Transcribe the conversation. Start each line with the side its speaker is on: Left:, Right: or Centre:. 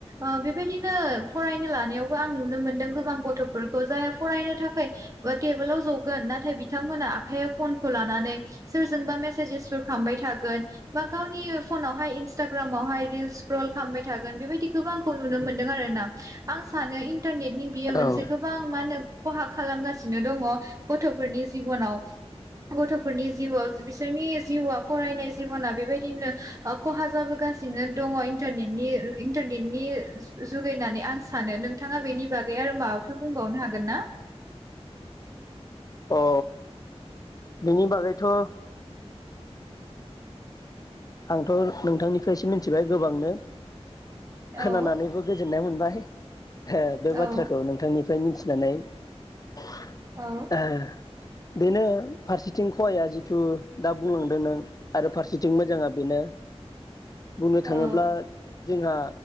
Right: ओ बेबायदिनो फरायनो लानायावबो आं नुनो मोनदों गोबां गथफोरखौ जायहा फरायनो थाखाय टेबोलाव जगोन ना नाथाय बिथांमोना आखाइयाव फनखौ लानानै सोरजोंबा मेसेजेसफोर खामबाय थागोन, बा गावनि फनावहाय इनसटाग्रामावहाय रिल्स स्क्रल खालामबाय थागोन। बेबायदिखौबो आंखौ नुनो मोन्दों आरो ना आं सानो इन्टारनेटनि बियो मोनसे
Left: औ औ
Right: गोबां मा होनो खहा खालामगासिनो दङ गथ' फोरनि जिबनाव गथफोरनि जिउआव बिसोरनि जिउआ फरायनाय जिबना बेबायदिनो खहा ओ जाबोगासिनो दङ इन्टारनेनि इन्टारनेटनि जुगै होननानै आं सानो। नोंथाङा बेनि बागै आरो माबाफोर बुंबावनो हागोन ना?
Left: औ बिनि बागैथ' <inaudible> आंथ' नोंथांनिफ्रायसो मिथिबाय गोबांनो खोनानानैबो
Right: औ
Left: गोजोननाय मोनबाय। हे बे बाथ्राखौ
Right: औ
Left: नोंथांनि निफ्राय मिथिनानै <unintelligible>
Right: औ
Left: बेनो फारसेथिं खहाया जिथु दा बुंलांदों नों आरो फारसेथिं मोजाङा बेनो बुंनो थाङोब्ला
Right: औ
Left: जोंहा